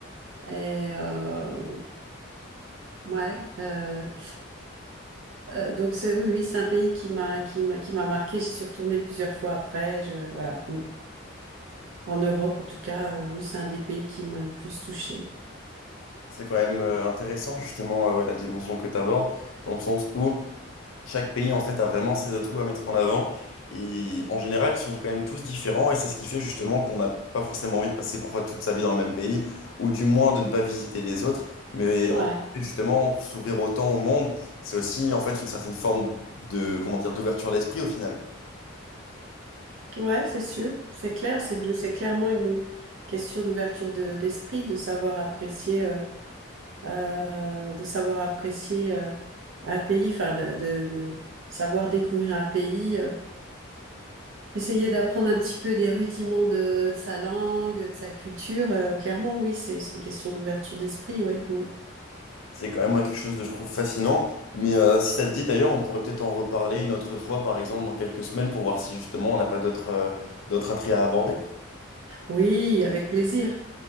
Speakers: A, on the right; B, on the left.
A: Et euh, ouais, euh, euh, donc c'est oui, oui, c'est un pays qui m'a qui m'a qui m'a marqué. J'y suis retournée plusieurs fois après. Je voilà. En Europe, en tout cas, euh, oui, c'est un des pays qui m'a le plus touchée.
B: C'est quand même euh, intéressant justement euh, ouais, la dimension que tu abordes, dans le sens où chaque pays en fait a vraiment ses atouts à mettre en avant. Et en général, ils sont quand même tous différents et c'est ce qui fait justement qu'on n'a pas forcément envie de passer parfois toute sa vie dans le même pays, ou du moins de ne pas visiter les autres. Mais
A: Ouais,
B: en fait, justement, s'ouvrir autant au monde, c'est aussi en fait une certaine forme de, comment dire, d'ouverture d'esprit au final.
A: ouais, c'est sûr, c'est clair, c'est de- c'est clairement une question d'ouverture de- d'esprit, de savoir apprécier, euh, euh, de savoir apprécier euh, un pays, enfin, de, de, de savoir découvrir un pays. euh, Essayer d'apprendre un petit peu des rudiments de, de sa langue, de sa culture, euh, clairement, oui, c'est, c'est une question d'ouverture d'esprit, ouais. Mm.
B: C'est quand même moi, quelque chose de je trouve fascinant. Mais euh, si ça te dit d'ailleurs, on pourrait peut-être en reparler une autre fois, par exemple, dans quelques semaines, pour voir si justement on n'a pas d'autres euh, d'autres attraits à aborder.
A: Oui, avec plaisir.